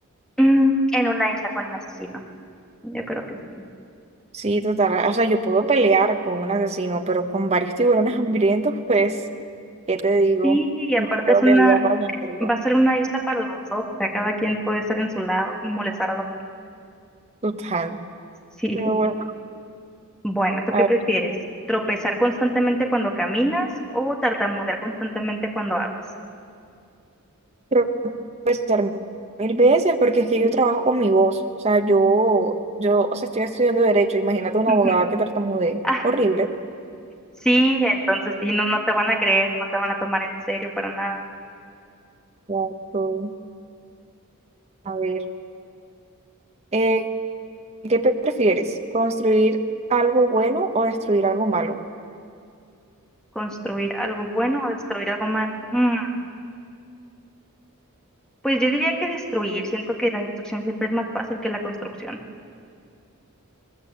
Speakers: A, in the centre; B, on the right (about 30°).
A: Mm, en una isla con el asesino. Yo creo que sí.
B: Sí, total. O sea, yo puedo pelear con un asesino, pero con varios tiburones hambrientos, pues, ¿qué te digo?
A: Sí, y
B: No
A: aparte
B: creo
A: es una,
B: que viva para algo.
A: va a ser una isla para los dos, o sea, cada quien puede estar en su lado sin molestar a los demás.
B: Total.
A: Sí.
B: Pero bueno,
A: Bueno, ¿tú
B: a
A: qué
B: ver,
A: prefieres? ¿Tropezar constantemente cuando caminas o tartamudear constantemente cuando hablas?
B: creo que pensar mil veces porque es que yo trabajo con mi voz. O sea, yo, yo, o sea, estoy estudiando derecho. Imagínate una
A: <laughs>
B: abogada
A: Ujú.
B: que tartamudee.
A: Ah,
B: Horrible.
A: sí, entonces sí, no, no te van a creer, no te van a tomar en serio para nada.
B: Exacto. A ver. Eh, ¿qué prefieres? ¿Construir algo bueno o destruir algo malo?
A: ¿Construir algo bueno o destruir algo malo? Mm, Pues yo diría que destruir, siento que la destrucción siempre es más fácil que la construcción.